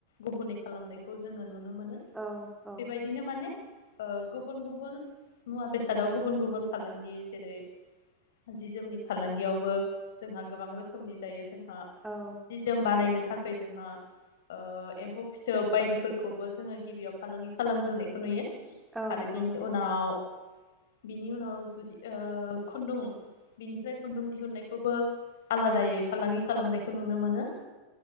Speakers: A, on the left (about 55°); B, in the centre.
A: गुबुनै खालामनायखौ जोङो नुनो मोनो।
B: औ औ।
A: बेबायदिनो माने ओ गुबुन गुबुन मुवा बेसादाव गुबुन गुबुन फालांगि जेरै जि जोमनि फालांगियावबो जोंहा गोबां रोखोमनि जायो जोंहा
B: औ
A: निजोम बानायनो। थाखाय जोंहा ओ एम्फौ फिथोब बायदिफोरखौबो जोङो गिबियाव फालांगि खालामग्रोनायखौ नुयो। आरो
B: औ
A: बिनि
B: औ नंगौ
A: उनाव बिनि उनाव जुदि ओ खुन्दुं बिनिफ्राय खुन्दुं दिहुननायखौबो आलादायै
B: औ
A: फालांगि खालामनायखौ <inaudible> नो